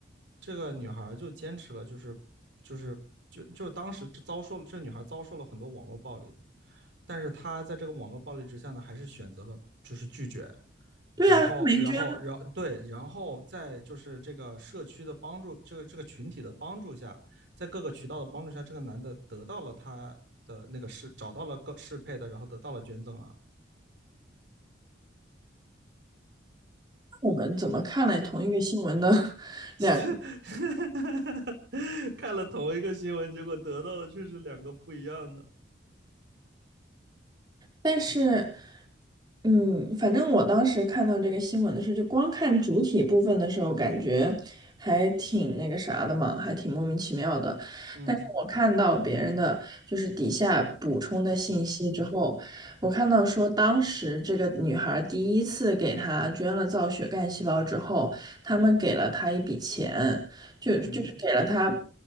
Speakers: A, on the right; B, on the right.
A: 这个女孩就坚持了，就是就是就就当时遭受了这女孩遭受了很多网络暴力，但是她在这个网络暴力之下呢，还是选择了就是拒绝，
B: 对啊，
A: 然后然后然后对，
B: 他没捐
A: 然后在就是这个社区的帮助，这个这个群体的帮助下，在各个渠道的帮助下，这个男的得到了他的那个适，找到了个适配的，然后得到了捐赠啊，
B: 我们怎么看了同一个新闻的 <laughs> 两个？
A: <laughs> 看了同一个新闻，结果得到的却是两个不一样的。
B: 但是，嗯，反正我当时看到这个新闻的时候，就光看主体部分的时候，感觉还挺那个啥的嘛，还挺莫名其妙的。
A: 嗯
B: 但是我看到别人的就是底下补充的信息之后，我看到说当时这个女孩第一次给她捐了造血干细胞之后，他们给了她一笔钱，就就是给了她
A: 嗯